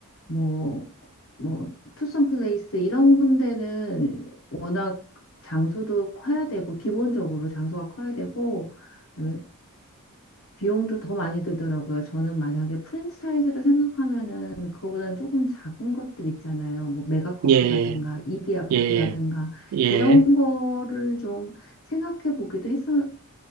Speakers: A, on the left; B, on the right.
A: 뭐, 뭐, 투썸 플레이스 이런 데는 워낙 장소도 커야 되고, 기본적으로 장소가 커야 되고, 그다음에 비용도 더 많이 들더라고요. 저는 만약에 프랜차이즈를 생각하면은 그거보다는 조금 작은 것들 있잖아요. 뭐 메가커피라든가
B: 예,
A: 이디야 커피라든가
B: 예, 예.
A: 이런 거를 좀 생각해 보기도 해서